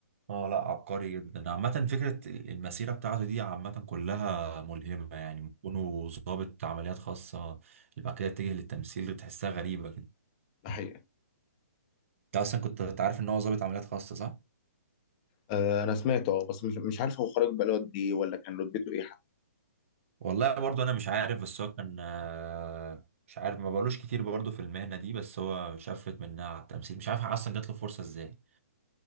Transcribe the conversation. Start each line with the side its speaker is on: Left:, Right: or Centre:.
Right: اه لا عبقري جدا عامه فكره المسيره بتاعته دي عامه كلها ملهمه يعني كونه ضابط عمليات خاصه اللي بعد كده اتجه للتمثيل تحسها غريبه كده
Left: ده حقيقة
Right: انت اصلا كنت عارف ان هو ضابط عمليات خاصه صح
Left: آه انا سمعته اه بس مش, مش عارف هو خرج بقاله قد ايه ولا كان رتبته ايه حتى
Right: والله برضه انا مش عارف بس هو كان آه، مش عارف ما بقالوش كتير برضه في المهنه دي بس هو شفت منها على التمثيل مش عارف اصلا جات له فرصه ازاي